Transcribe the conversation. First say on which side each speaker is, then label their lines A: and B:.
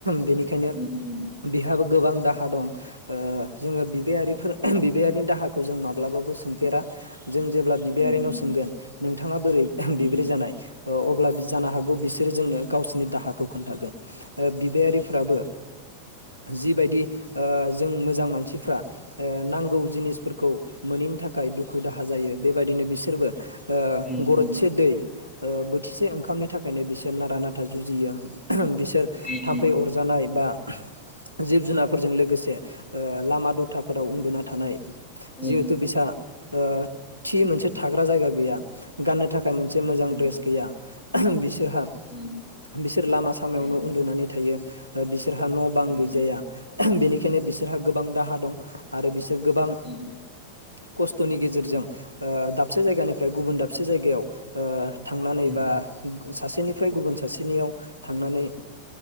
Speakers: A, on the right (about 90°); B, on the left (about 25°).
A: बेनिखायनो
B: उम उम
A: बिहाबो गोबां दाहा दं ओ जोङो बिबायारिफोर <unintelligible> बिबायारिनि दाहा खौ जों माब्लाबाबो सोंफेरा । जों जेब्ला बिबारिनाव
B: उम उम
A: सोंगोन नोंथाङा बोरै
B: उम
A: बिब्रै जानाय जानो हागौ बिस बिसोर जोंनो गावसोरनि दाहाखौ खोनथागोन बिबायारि फोराबो जिबायदि जों मोजां मानसिफ्रा नांगौ जिनिसफोरखौ मोनैनि थाखाय दुखु दाहा जायो बेबायदिनो बिसोरबो
B: उम उम
A: गरसे दै ओ बोथिसेओंखामनि थाखायनो बिसो नारा नाथा जुजियो बिसोर
B: उम
A: थाम्फै अरजानाय बा जिब जुनारफोरजों लोगोसे ओ लामा दथा फोराव उन्दुना थानाय
B: उम उम
A: जिहेथु बिसा ओ थि
B: नंगौ
A: मोनसे थाग्रा जायगा गैया गाननो थाखाय मोनसे मोजां
B: उम
A: ड्रेस गैया बिसोरहा
B: उम
A: बिसोर लामा सामायावनो
B: उम
A: उन्दुनानै थायो ओ बिसो बिसोरहा न बां
B: नंगौ
A: गैजाया बेनिखायनो बिसोरहा गोबां दाहा दं आरो बिसोर गोबां
B: उम
A: खस्थनि गेजेरजों ओ दाबसे जायगानिफ्राय गुबुन दाबसे जायगायाव ओ थांनानै
B: उम
A: बा सासेनि फ्रय गुबुन सासेनियाव थांनानै